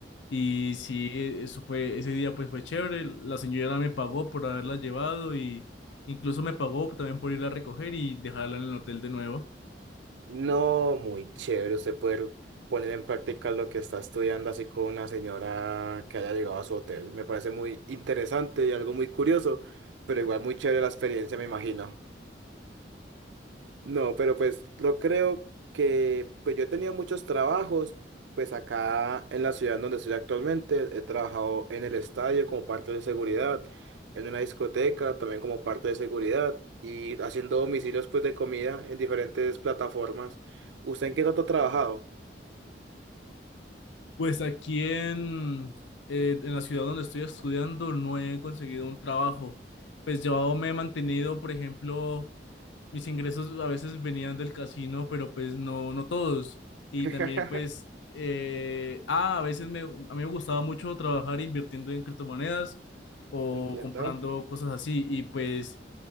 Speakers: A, on the left; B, on the right.
A: Y sí, eso fue, ese día pues fue chévere. La señora me pagó por haberla llevado y incluso me pagó también por ir a recoger y dejarla en el hotel de nuevo.
B: no, muy chévere usted poder poner en práctica lo que está estudiando así con una señora que haya llegado a su hotel. Me parece muy interesante y algo muy curioso, pero igual muy chévere la experiencia, me imagino. No, pero pues yo creo que, pues yo he tenido muchos trabajos, pues acá en la ciudad donde estoy actualmente, he trabajado en el estadio como parte de seguridad, en una discoteca también como parte de seguridad y haciendo domicilios pues de comida en diferentes plataformas. ¿Usted en qué tanto ha trabajado?
A: Pues aquí en, eh, en la ciudad donde estoy estudiando no he conseguido un trabajo. Pues yo me he mantenido, por ejemplo, mis ingresos a veces venían del casino, pero pues no, no todos. Y
B: <laughs>
A: también pues, eh, ah, a veces me, a mí me gustaba mucho trabajar invirtiendo en criptomonedas o
B: Entiendo.
A: comprando cosas así. Y pues